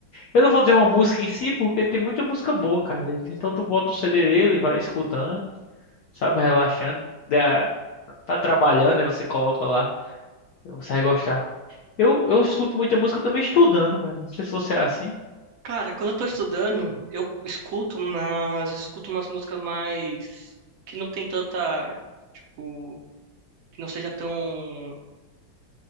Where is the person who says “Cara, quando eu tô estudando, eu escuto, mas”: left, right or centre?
Right